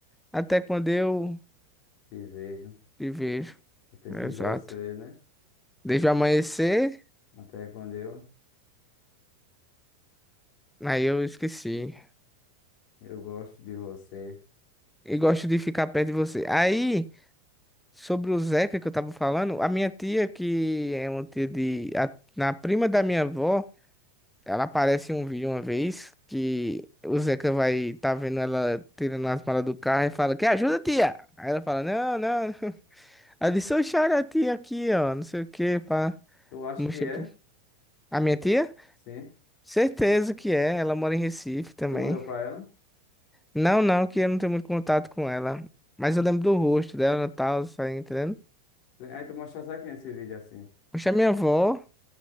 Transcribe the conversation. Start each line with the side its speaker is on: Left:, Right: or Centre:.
Centre: até quando eu
Left: Te vejo.
Centre: te vejo,
Left: Eu penso
Centre: exato.
Left: em você, né?
Centre: Desde o amanhecer,
Left: Até quando eu,
Centre: aí eu esqueci.
Left: eu gosto de você.
Centre: E gosto de ficar perto de você. Aí, sobre o Zeca que eu tava falando, a minha tia, que é uma tia de, a, na prima da minha avó, Ela aparece em um vídeo uma vez que o Zeca vai tá vendo ela tirando as malas do carro e fala, que ajuda, tia? Aí ela fala, não, não. <laughs> não." Ela disse, eu choro a tia aqui, ó, não sei o que, pá.
Left: Tu acha
Centre: Mostrei
Left: que é?
Centre: pro- A minha tia?
Left: Sim.
Centre: Certeza que é, ela mora em Recife também.
Left: E tu mandou pra ela?
Centre: Não, não, que eu não tenho muito contato com ela. Mas eu lembro do rosto dela e tal, tá entendendo?
Left: Aí tu mostrasse aqui nesse vídeo assim.
Centre: Poxa, a minha avó, o